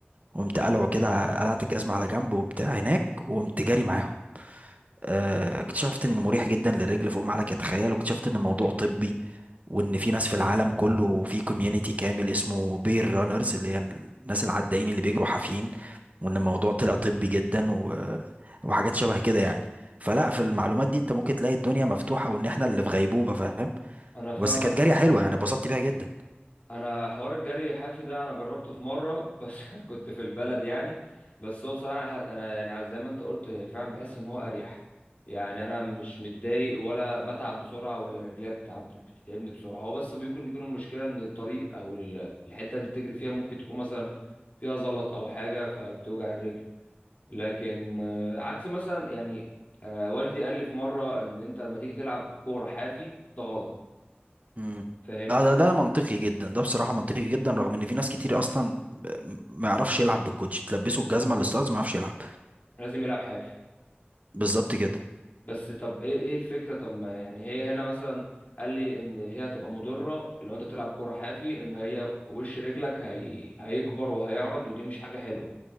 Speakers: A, on the right (about 40°); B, on the left (about 40°).
A: قمت قلعه كده قلعت الجزمة على جنب وبتاع هناك وقمت جاري معاهم آه، اكتشفت انه مريح جدا للرجل فوق ما عليك تتخيل واكتشفت ان الموضوع طبي وان في ناس في العالم كله في كوميونتي كامل اسمه بير رانرز اللي هي الناس العدائين اللي بيجروا حافيين وان الموضوع طلع طبي جدا و... وحاجات شبه كده يعني فلا في المعلومات دي انت ممكن تلاقي الدنيا مفتوحة وان احنا اللي في غيبوبة فاهم
B: انا فاهمك
A: بس كانت جارية حلوة يعني اتبسطت بيها جدا
B: انا حوار الجري الحافي ده انا جربته في مره بس <laughs> كنت في البلد يعني بس هو بصراحه انا ح- أنا يعني على زي ما انت قلت هي فعلا بحس ان هو اريح يعني انا مش متضايق ولا بتعب بسرعه ولا رجليا بتعب بتتعبني بسرعه هو بس بيكون يكون المشكله ان الطريق او ال- الحته اللي بتجري فيها ممكن تكون مثلا فيها زلط او حاجه فبتوجع الرجل لكن آه، عكس مثلا يعني آه، والدي قال لي في مره ان انت لما تيجي تلعب كوره حافي ده غلط
A: امم
B: فاهمني
A: اه ده ده منطقي جدا ده بصراحة منطقي جدا رغم ان في ناس كتير اصلا ما يعرفش يلعب بالكوتش تلبسه الجزمة الستارز ما يعرفش يلعب
B: لازم يلعب حافي
A: بالظبط كده
B: بس طب ايه ايه الفكره طب ما يعني هي هنا مثلا قال لي ان هي هتبقى مضره لو انت بتلعب كوره حافي ان هي وش رجلك هي... هيكبر وهيعرض ودي مش حاجه حلوه